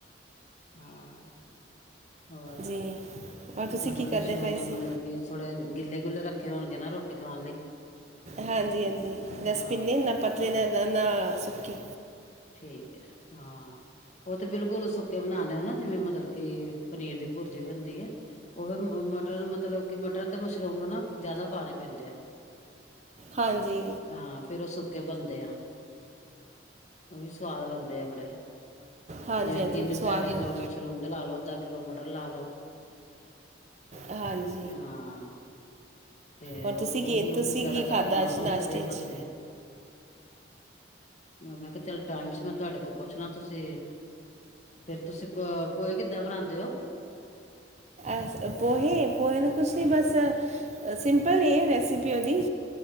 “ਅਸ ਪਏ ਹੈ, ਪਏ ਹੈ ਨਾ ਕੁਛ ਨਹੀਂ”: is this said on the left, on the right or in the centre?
Right